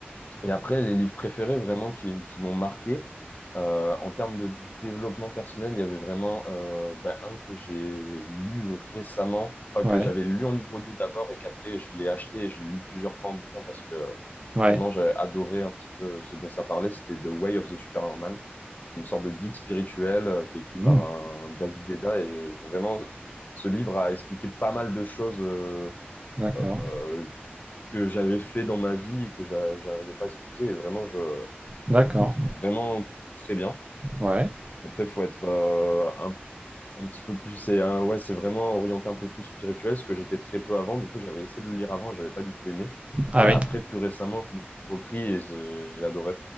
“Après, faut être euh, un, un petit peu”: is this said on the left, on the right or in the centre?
Left